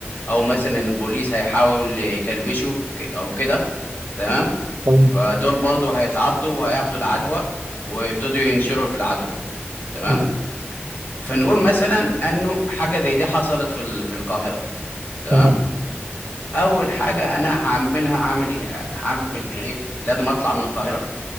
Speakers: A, on the left (about 45°); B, on the right (about 80°).
A: او مثلا البوليس هيحاول يكلبشوا ك- او كده تمام
B: تمام
A: فدول برضو هيتعضوا وهياخدوا العدوى ويبتدوا ينشروا في العدوى تمام
B: تمام
A: فنقول مثلا انه حاجه زي دي حصلت في ال- في القاهره تمام
B: تمام
A: اول حاجه انا هعملها هعمل ايه هعمل ايه لازم اطلع من القاهره